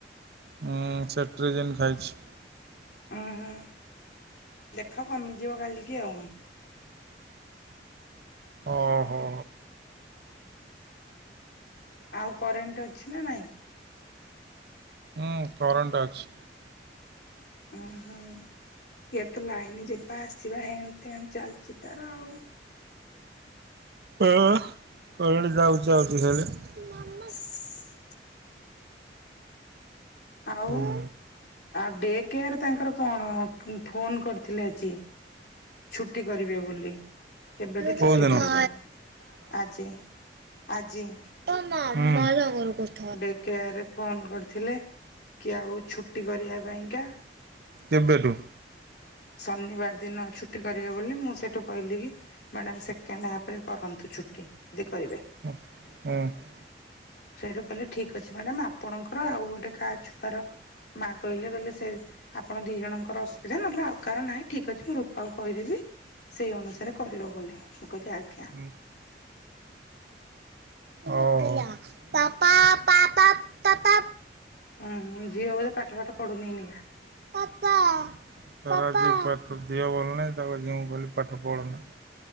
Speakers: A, on the right (about 60°); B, on the left (about 65°).
A: ହୁଁ ସେଟ୍ରଜିନ ଖାଇଛି।
B: ହୁଁ ହୁଁ ଦେଖ କମିଯିବ କାଲିକି ଆଉ।
A: ଓଁ ହୋ।
B: ଆଉ କରେଣ୍ଟ ଅଛି ନା ନାଇଁ।
A: ହୁଁ କରେଣ୍ଟ ଅଛି।
B: ଓ ହୁଁ ଇଏ ତ ଲାଇନ ଯିବା ଆସିବା ହେମତି ଚାଲିଛି ତାର ଆଉ।
A: ହ କଣି ଯାଉଛି ଆଉ ଦେଖାଇଲେ <unintelligible> ହମାନ <unintelligible>
B: <inaudible> ଆଉ
A: ହୁଁ।
B: ଆଉ ଡେ କେୟାର୍ ତାଙ୍କର କଣ ଫୋନ୍ କରିଥିଲେ ଆଜି ଛୁଟି କରିବେ ବୋଲି। କେବେଠୁ
A: କୋଉଦିନ?
B: ଛୁଟି କରିବେ
A: ଆଁ
B: ଆଜି ଆଜି।
A: ମା ମଜା ଘର କରଛ <unintelligible>
B: ଡେକେୟାରରେ ଫୋନ୍ କରିଥିଲେ କି ଆଉ ଛୁଟି କରିବା ପାଇଁ କା।
A: କେବେଠୁ।
B: ଶନିବାର ଦିନ ଛୁଟି କରିବେ ବୋଲି ମୁଁ ସେଇଠୁ କହିଲି କି ମ୍ୟାଡ଼ାମ୍ ସେକେଣ୍ଡ ହାଫ୍ରେ କରନ୍ତୁ ଛୁଟି ଯଦି କରିବେ
A: ହୁଁ
B: ସେଇଠୁ କହିଲେ ଠିକ୍ ଅଛି ମ୍ୟାଡ଼ାମ୍ ଆପଣଙ୍କର ଆଉ ଗୋଟେ କା ଛୁଆର ମାଆ କହିଲେ କହିଲେ ସେ ଆପଣ ଦି ଜଣଙ୍କର ଅସୁବିଧା ନହେଲେ ଆଉ କାହାର ନାହିଁ ଠିକ୍ ଅଛି ମୁଁ ରୂପାଙ୍କୁ କହିଦେବି। ସେଇ ଅନୁସାରେ କରିବ ବୋଲି ମୁଁ କହିଲି ଆଜ୍ଞା।
A: ହୁଁ ଆ ତା ପା ପା ପା ପା ପାପା।
B: ଉୁଁ ଝିଅ ବୋଧେ ପାଠ ପାଠ ପଢୁନି ଏଇନିକା।
A: ପାପା ତାର ପାଠ ଦିହ ଭଲ ନାହିଁ ତାକୁ ଯି କହିଲି ପାଠ ପଢନା।